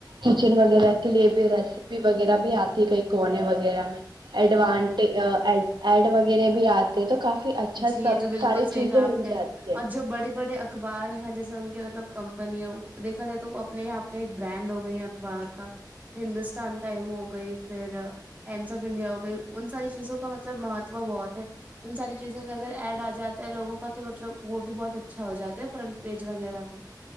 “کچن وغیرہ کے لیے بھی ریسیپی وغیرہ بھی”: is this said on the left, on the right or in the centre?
Right